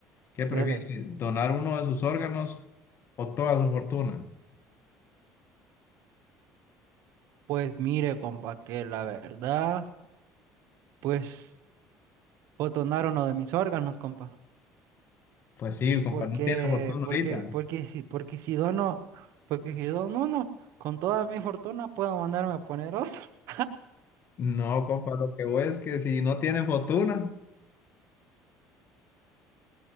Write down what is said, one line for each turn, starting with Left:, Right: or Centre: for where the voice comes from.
Left: ¿Qué prefiere?
Right: Dele.
Left: ¿Donar uno de sus órganos o toda su fortuna?
Right: Pues mire, compa, que la verdad, pues, puedo donar uno de mis órganos, compa.
Left: Pues sí, compa,
Right: Porque,
Left: no tiene fortuna
Right: porque,
Left: ahorita.
Right: porque si, porque si dono, porque si dono uno, con toda mi fortuna puedo mandarme a poner otro. <laughs>
Left: No, compa, lo que voy es que si no tiene fortuna,